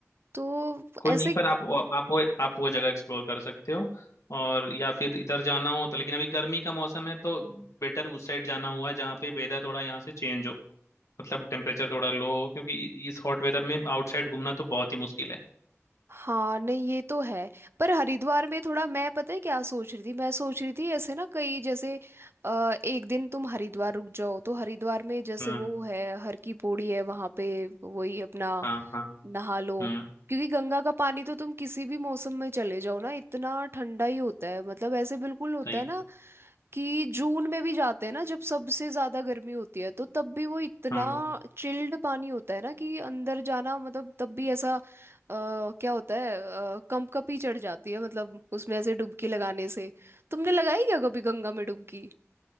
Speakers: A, on the right; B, on the left.
A: तो
B: कोई
A: ऐसे
B: नहीं पर आप आप वो आप वो जगह एक्सप्लोर कर सकते हो और या फिर इधर जाना हो तो लेकिन अभी गर्मी का मौसम है तो बेटर उस साइड जाना हुआ जहाँ पे वेदर थोड़ा यहाँ से चेंज हो मतलब टेम्परेचर थोड़ा लो हो क्योंकि इ- इस हॉट वेदर में आउटसाइड घूमना तो बहुत ही मुश्किल है
A: हाँ नहीं ये तो है पर हरिद्वार में थोड़ा मैं पता है क्या सोच रही थी मैं सोच रही थी ऐसे ना कई जैसे अ, एक दिन तुम हरिद्वार रुक जाओ तो हरिद्वार में जैसे
B: हम्म
A: वो है हर की पौड़ी है वहाँ पे वही अपना
B: हाँ हाँ
A: नहा लो
B: हम्म
A: क्योंकि गंगा का पानी तो तुम किसी भी मौसम में चले जाओ ना इतना ठंडा ही होता है मतलब ऐसे बिल्कुल होता
B: सही
A: है ना कि जून में भी जाते हैं ना जब सबसे ज्यादा गर्मी होती है तो तब भी वो इतना
B: हाँ
A: चिल्ड पानी होता है ना कि अंदर जाना मतलब तब भी ऐसा अ, क्या होता है अ, कंपकपी चढ़ जाती है मतलब उसमें ऐसे डुबकी लगाने से तुमने लगाई क्या कभी गंगा में डुबकी